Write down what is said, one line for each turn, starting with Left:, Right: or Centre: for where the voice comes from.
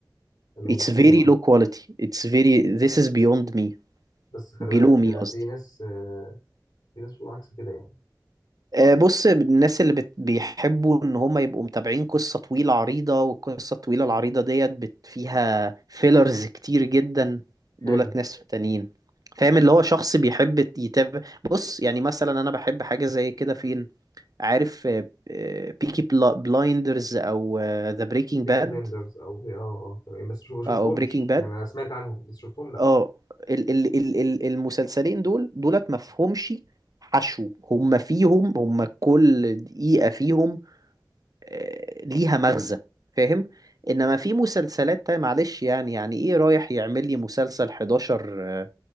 Left: تمام
Right: it's very
Left: قول يا معلم
Right: low quality it's very this is beyond me
Left: بس خلي
Right: below
Left: بالك
Right: me
Left: آه،
Right: قصدي
Left: في ناس آه، في ناس بتقول عكس كده يعني
Right: آه، بص الناس اللي بت... بيحبوا ان هم يبقوا متابعين قصة طويلة عريضة والقصة الطويلة العريضة ديت بت... فيها فيلرز كتير جدا
Left: حلو
Right: دولت ناس تانيين فاهم اللي هو شخص بيحب يتابع بص يعني مثلا انا بحب حاجة زي كده فين عارف بيكي بلايندرز او ذا بريكنج
Left: بيكي
Right: باد
Left: بلندرز او بي اه اه تمام بس شو- ما شفتهمش
Right: او بريكنج باد
Left: يعني انا سمعت عنهم بس شفتهم لا
Right: اه ال- ال- ال- ال- المسلسلين دول دولت مفهومش حشو هم فيهم هم كل دقيقة فيهم آه، ليها مغزى فاهم انما في مسلسلات تانية معلش يعني يعني ايه رايح يعمل لي مسلسل 11